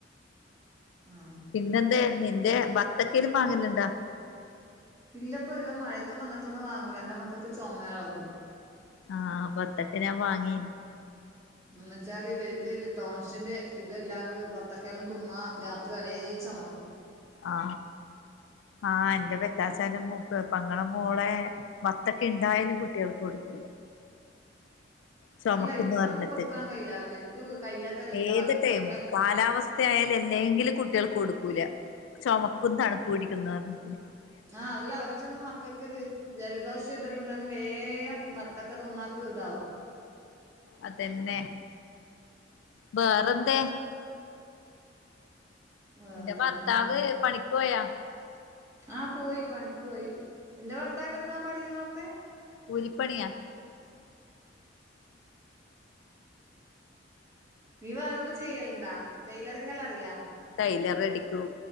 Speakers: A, on the right; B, on the left.
A: ആ
B: പിന്നെന്താ നിന്റെ ബത്തക്കല്ലും മാങ്ങല്ലണ്ടാ?
A: ഇല്ലപ്പൊവിടെ മഴയത്തൊന്നും അങ്ങനത്തൊന്നും വാങ്ങൂല എന്റെ മക്കൊക് ചോമെളകും.
B: ആഹ ബത്തക്കഞാ വാങ്ങീന്.
A: എന്നച്ചാൽ ഇവർക്ക് ടോൺസിന്റെ ഇതല്ലാതെ വത്തകെല്ലാം തിന്ന രാത്രി ഒരേ ചമക്കും.
B: ആ ആഹ് എന്റെ പെറ്റാച്ചാല മൂക്ക് പങ്ങള മോളെ വത്തൊക്കെണ്ടായാലും കുട്ടിയെൾക്ക് കൊടുകുല്ല.
A: <inaudible>
B: ചുമക്കുംന്ന്
A: അല്ല ഇപ്പം
B: പറഞ്ഞിട്ട്
A: കൊടുക്കാൻ കഴിയില്ല ഇവർക്ക് കഴിയാത്തല്ല ഇനി
B: ഏത്
A: വത്തക്ക
B: ടൈമും കാലാവ സ്ഥയേൽ എല്ലെങ്കിലും കുട്ടികൾക്ക് കൊടുക്കൂല ചൊമക്കും തണുപ്പ്ടിക്കുന്ന പറഞ്
A: ആ അല്ല അഹ്ചെല മക്കൾക്ക് ജൽദോഷം ഇതെല്ലാംണ്ടങ്കിൽ വേഗം മത്തക്കെ തിന്നാക്ക് ഇതാവും.
B: അതെന്നെ വേറെന്തേ?
A: വേറെന്ന്
B: എന്റെ ഭർത്താവ് പണിക്ക് പോയാ?
A: ആ പോയി പണിക്ക് പോയി നിന്റെ ഭർത്താവിനന് ഒന്നാ പണിന്നർഞ്ഞേ?
B: കൂലിപ്പണിയാ
A: നീ വേറൊന്നും ചെയ്യൽണ്ടാ ടെലറിങ്ങല്ല അറിയാ?
B: ടൈലർ അടിക്കൂ